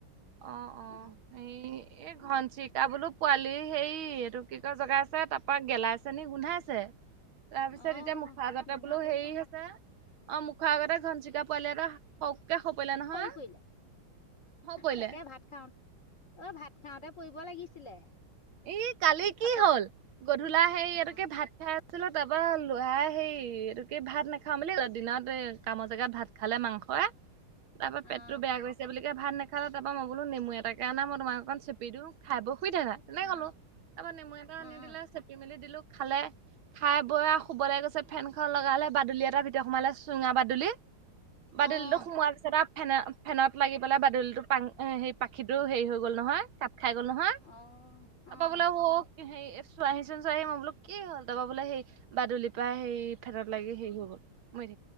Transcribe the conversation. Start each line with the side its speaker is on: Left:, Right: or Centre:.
Right: অ অ
Left: উম
Right: এই এই
Left: উম
Right: ঘন চিৰিকা বোলো পোৱালি হেৰি এইটো কি কয় জগাইছে তাপা গেলাইছেনি গোন্ধাইছে। তাৰপিছত
Left: আহ
Right: এতিয়া মুখৰ আগতে
Left: গোন্ধাবও
Right: বোলো হেৰি
Left: পাই
Right: হৈছে। অ মুখৰ আগতে ঘনচিৰিকা পোৱালি এটা হওঁককে হৰি পৰিলে নহয়।
Left: সৰি পৰিলে
Right: পৰিলে
Left: তাকে ভাত খাওঁ, অ ভাত খাওঁতে পৰিব লাগিছিলে।
Right: এ কালি কি
Left: থাপক
Right: হ'ল গধূলা সেই ইয়াতকে
Left: আহ
Right: ভাত খাই ছিলো তাৰপৰা লৰাই হেৰি এইটো কি ভাত নাখাওঁ বুলি দিনত এ কামৰ জেগাত ভাত খালে মাংসই। তাপা পেটতটো
Left: আহ
Right: বেয়া কৰিছে বুলি ভাত নাখালে তাপা মই বোলো নেমু এটাকে আনা মই অকন চেপি দিও খাই বৈ শুই থাকা। তেনেকে
Left: আহ
Right: কলো। তাৰপৰা নেমু এটা আনি
Left: আহ
Right: দিলে চেপি মেলি দিলো খালে। খাই বই শুবলে গৈছে, ফেনখন লগালে বাদুলি এটা ভিতৰত সোমালে চুঙা বাদুলি। বাদুলিটো
Left: আহ আহ
Right: সোমোৱা পিছত আও ফেন ফেনত লাগি বোলে বাদুলীটো পাং পাখিটো হেৰি হৈ গ'ল নহয় কাট খাই গ'ল নহয়।
Left: আহ
Right: তাৰপা
Left: আহ
Right: বোলে হৌক হেৰি চোৱহিচোন চোৱাহিচোন মই বোলো কি হ'ল তাৰাপা বোলে হেই বাদুলিৰ পৰা হেৰি ফেনত লাগি হৈ গ'ল মৰি